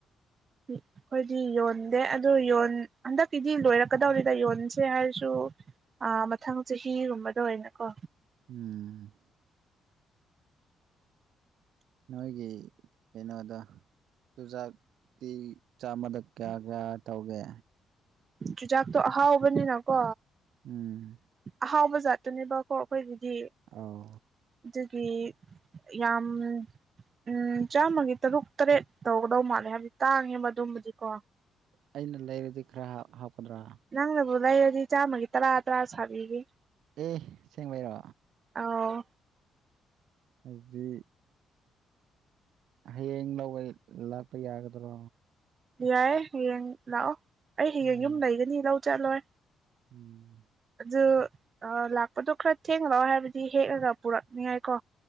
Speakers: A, on the right; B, on the right.
A: <unintelligible> ꯑꯈꯣꯏꯗꯤ ꯌꯣꯟꯗꯦ ꯑꯗꯨ ꯌꯣꯟ ꯍꯟꯗꯛꯀꯤꯗꯤ ꯂꯣꯏꯔꯛꯀꯗꯧꯔꯤꯗ ꯌꯣꯟꯁꯦ ꯍꯥꯏꯔꯁꯨ ꯑ ꯃꯊꯪ ꯆꯍꯤꯒꯨꯝꯕꯗ ꯑꯣꯏꯅꯀꯣ
B: ꯎꯝ ꯅꯣꯏꯒꯤ ꯀꯩꯅꯣꯗ ꯆꯨꯖꯥꯛꯇꯤ ꯆꯥꯝꯃꯗꯛ ꯀꯌꯥ ꯀꯌꯥ ꯇꯧꯒꯦ?
A: ꯆꯨꯖꯥꯛꯇꯣ ꯑꯍꯥꯎꯕꯅꯤꯅꯀꯣ
B: ꯎꯝ
A: ꯑꯍꯥꯎꯕ ꯖꯥꯠꯇꯨꯅꯦꯕꯀꯣ ꯑꯈꯣꯏꯒꯤꯗꯤ
B: ꯑꯧ
A: ꯑꯗꯨꯒꯤ ꯌꯥꯝ ꯎꯝ ꯆꯥꯝꯃꯒꯤ ꯇꯔꯨꯛ ꯇꯔꯦꯠ ꯇꯧꯒꯗꯧ ꯃꯥꯜꯂꯦ ꯍꯥꯏꯕꯗꯤ ꯇꯥꯡꯉꯦꯕ ꯑꯗꯨꯝꯕꯗꯤꯀꯣ꯫
B: ꯑꯩꯅ ꯂꯩꯔꯗꯤ ꯈꯔ ꯍꯥꯞꯀꯗ꯭ꯔꯥ?
A: ꯅꯪꯅꯕꯨ ꯂꯩꯔꯗꯤ ꯆꯥꯝꯃꯒꯤ ꯇꯔꯥ ꯇꯔꯥ ꯁꯥꯕꯤꯒꯦ꯫
B: ꯑꯦ ꯁꯦꯡꯕꯩꯔꯣ?
A: ꯑꯧ
B: ꯑꯗꯨꯗꯤ ꯍꯌꯦꯡ ꯂꯧꯕ ꯂꯥꯛꯄ ꯌꯥꯒꯗ꯭ꯔꯣ?
A: ꯌꯥꯏꯑꯦ ꯍꯌꯦꯡ ꯂꯥꯛꯑꯣ ꯑꯩ ꯍꯌꯦꯡ
B: ꯎꯝ
A: ꯌꯨꯝ ꯂꯩꯒꯅꯤ ꯂꯧ ꯆꯠꯂꯣꯏ꯫
B: ꯎꯝ
A: ꯑꯗꯨ ꯂꯥꯛꯄꯗꯣ ꯈꯔ ꯊꯦꯡꯅ ꯂꯥꯛꯑꯣ ꯍꯥꯏꯕꯗꯤ ꯍꯦꯛꯂꯒ ꯄꯨꯔꯛꯅꯤꯉꯥꯏꯀꯣ꯫